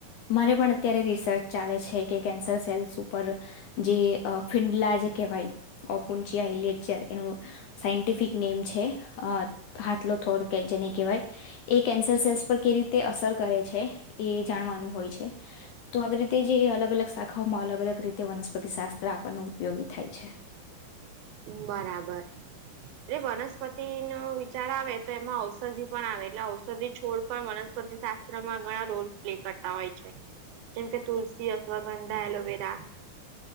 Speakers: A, on the left; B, on the right.
A: મારે પણ અત્યારે રિસર્ચ ચાલે છે કે કેન્સર સેલ્સ ઉપર જે અ ફિન્દલા જે કહેવાય ઓપુનચ્યા ઈલેચ્યા એનું સાયન્ટિફિક નેમ છે અ હાથલો થોર કે જેને કહેવાય એ કેન્સર સેલ્સ પર કે રીતે અસર કરે છે એ જાણવાનું હોય છે. તો આવી રીતે જે અલગ અલગ શાખાઓમાં અલગ અલગ રીતે વનસ્પતિ શાસ્ત્ર આપણનો ઉપયોગી થાય છે.
B: બરાબર. એટલે વનસ્પતિનો વિચાર આવે તો એમાં ઔષધિ પણ આવે એટલે ઔષધિ છોડ પણ વનસ્પતિ શાસ્ત્રમાં ઘણા રોલ પ્લે કરતા હોય છે. જેમ કે તુલસી, અશ્વગંધા, એલોવેરા